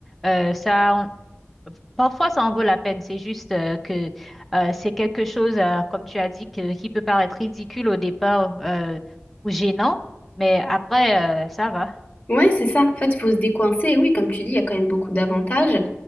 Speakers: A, in the centre; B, on the left.
A: euh, ça, Parfois, ça en vaut la peine. C'est juste euh, que euh, c'est quelque chose, euh, comme tu as dit, que- qui peut paraître ridicule au départ euh, ou gênant, mais après, euh, ça va.
B: Ouais, c'est ça. En fait, il faut se décoincer. Et oui, comme tu dis, il y a quand même beaucoup d'avantages.